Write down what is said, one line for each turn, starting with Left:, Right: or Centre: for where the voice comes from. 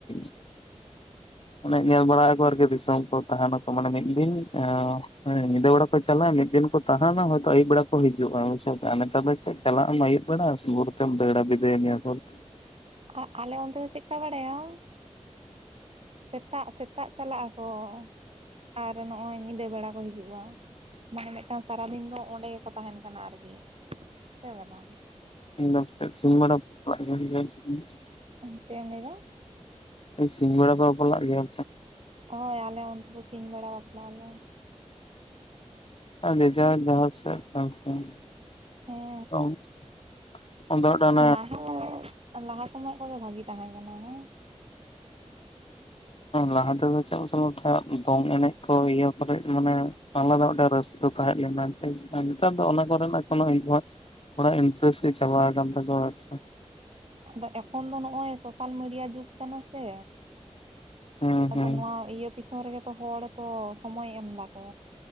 Left: <inaudible> ᱟᱱᱮ ᱧᱮᱞ ᱵᱟᱲᱟ ᱭᱟᱠᱚ, ᱟᱨᱠᱤ ᱫᱤᱥᱚᱢ ᱠᱚ ᱛᱟᱦᱮᱱᱟ ᱠᱚ ᱢᱟᱱᱮ, ᱢᱤᱫ ᱫᱤᱱ ᱦᱮᱸ, ᱧᱤᱫᱟᱹ ᱵᱮᱲᱟ ᱠᱚ ᱪᱟᱞᱟᱜᱼᱟ, ᱢᱤᱫ ᱫᱤᱱ ᱠᱚ ᱛᱟᱦᱮᱱᱟ ᱾ ᱦᱚᱭᱛᱳ, ᱟᱹᱭᱩᱵ ᱵᱮᱲᱟ ᱠᱚ ᱦᱤᱡᱩᱜᱼᱟ, ᱩᱭᱥᱚᱵ ᱛᱮ, <inaudible> ᱱᱮᱛᱟᱨ ᱫᱚ ᱪᱮᱫ? ᱪᱟᱞᱟᱜ ᱟᱢ ᱟᱹᱭᱩᱵ ᱵᱮᱲᱟ᱾ᱟᱨ ᱥᱩᱵᱷᱚ ᱵᱷᱳᱩᱨ ᱛᱮᱢ ᱫᱟᱹᱲᱟ ᱵᱤᱫᱟᱹᱭ ᱢᱮᱭᱟ ᱠᱚ ᱾
Right: ᱠᱟ ᱠᱟᱞᱮ, ᱚᱱᱛᱮ ᱫᱚ ᱥᱤᱠᱟ ᱵᱟᱰᱟ ᱭᱟᱢ? ᱥᱮᱛᱟᱜ, ᱥᱮᱛᱟᱜ ᱪᱟᱞᱟᱜ ᱟᱠᱚ ᱾ ᱟᱨ ᱱᱚᱜᱼᱚᱭ ᱧᱤᱫᱟᱹ ᱵᱮᱲᱟ ᱠᱚ ᱦᱤᱡᱩᱜᱼᱟ ᱾ ᱢᱟᱱᱮ, ᱢᱤᱫᱴᱟᱝ ᱥᱟᱨᱟ ᱫᱤᱱ ᱫᱚ, ᱚᱱᱰᱮ ᱜᱮᱠᱚ ᱛᱟᱦᱮᱱ ᱠᱟᱱᱟ ᱟᱨᱜᱮ, ᱵᱩᱡᱷᱟᱹᱣ ᱠᱟᱫᱟᱢ
Left: <unintelligible>
Right: ᱪᱮᱫ ᱮᱢ ᱞᱟᱹᱭᱮᱫᱟ?
Left: ᱥᱤᱧ ᱵᱮᱲᱟ ᱠᱚ, ᱵᱟᱯᱞᱟᱜ ᱜᱮᱭᱟ?
Right: ᱦᱳᱭ! ᱟᱞᱮ ᱚᱱᱛᱮ ᱫᱚ ᱥᱤᱧ ᱵᱮᱲᱟ ᱵᱟᱯᱞᱟ ᱟᱞᱮ ᱾
Left: <unintelligible> <unintelligible> <unintelligible>
Right: ᱦᱮᱸ
Left: <unintelligible>
Right: ᱦᱮᱸ
Left: ᱚᱱᱟ
Right: ᱞᱟᱦᱟ ᱞᱟᱦᱟ ᱥᱚᱢᱚᱭ ᱠᱚᱜᱮ, ᱵᱷᱟᱹᱜᱤ ᱛᱟᱦᱮᱸ ᱠᱟᱱᱟ ᱾
Left: ᱞᱟᱦᱟ ᱛᱮᱫᱚ <unintelligible> ᱫᱚᱝ ᱮᱱᱮᱡ ᱠᱚ ᱤᱭᱟᱹ ᱠᱚᱨᱮ ᱢᱟᱱᱮ ᱟᱞᱟᱫᱟ ᱢᱤᱫᱴᱟᱝ ᱨᱟᱹᱥ ᱠᱟ ᱛᱟᱦᱮᱸ ᱞᱮᱱᱟ ᱱᱮᱛᱟᱨ ᱫᱚ ᱚᱱᱟ ᱠᱚᱨᱮᱱᱟᱜ ᱠᱳᱱᱳ <unintelligible> ᱛᱷᱚᱲᱟ ᱤᱱᱴᱟᱨᱮᱥᱴ ᱜᱮ ᱪᱟᱵᱟ ᱟᱠᱟᱱ ᱛᱟᱠᱚᱣᱟ ᱾
Right: ᱟᱫᱚ ᱮᱠᱷᱚᱱ ᱫᱚ ᱱᱚᱜᱼᱚᱭ ᱥᱳᱥᱟᱞ ᱢᱤᱰᱤᱭᱟ ᱡᱩᱜᱽ ᱠᱟᱱᱟ ᱥᱮ
Left: ᱦᱩᱸ
Right: ᱟᱫᱚ
Left: ᱦᱩᱸ
Right: ᱱᱚᱣᱟ ᱤᱭᱟᱹ ᱯᱤᱪᱷᱚᱱ ᱨᱮᱜᱮ ᱛᱚ ᱦᱚᱲ ᱛᱚ ᱥᱚᱢᱚᱭ ᱮᱢ ᱫᱟᱠᱚ